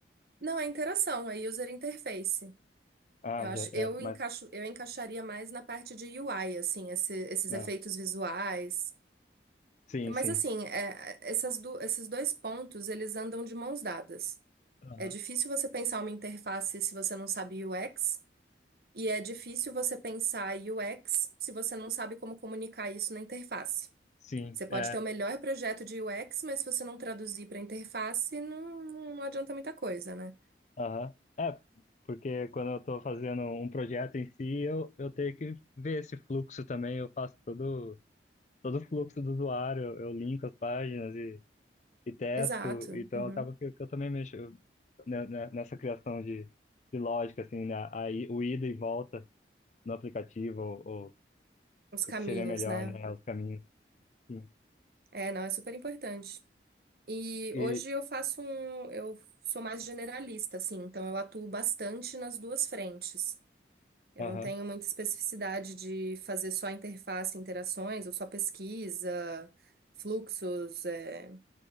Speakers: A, on the right; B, on the left.
A: Não, é interação, é user interface.
B: Ah,
A: Eu acho,
B: já, é,
A: eu
B: mas.
A: encaixo, eu encaixaria mais na parte de UI, assim, esse- esses
B: ah,
A: efeitos visuais.
B: sim,
A: Mas
B: sim.
A: assim, é, é, essas du- esses dois pontos, eles andam de mãos dadas.
B: Aham.
A: É difícil você pensar uma interface se você não sabe UX, e é difícil você pensar UX se você não sabe como comunicar isso na interface.
B: Sim,
A: Você pode
B: é.
A: ter o melhor projeto de UX, mas se você não traduzir para interface, não, não não adianta muita coisa, né?
B: Aham. É, porque quando eu estou fazendo um projeto em si, eu, eu tenho que ver esse fluxo também. Eu faço todo, todo o fluxo do usuário, eu, eu linko as páginas e, e testo.
A: Exato.
B: Então,
A: uhum.
B: acaba que, que eu também mexo né, né, nessa criação de, de lógica, assim, né? Aí, o ida e volta no aplicativo, ou, ou
A: Os
B: o
A: caminhos,
B: que seria melhor,
A: né?
B: né? Os caminhos. Sim.
A: É, não, é super importante. E
B: E,
A: hoje eu faço um, eu sou mais generalista, assim, então eu atuo bastante nas duas frentes. Eu
B: aham,
A: não tenho muita especificidade de fazer só interface, interações, ou só pesquisa, fluxos, é,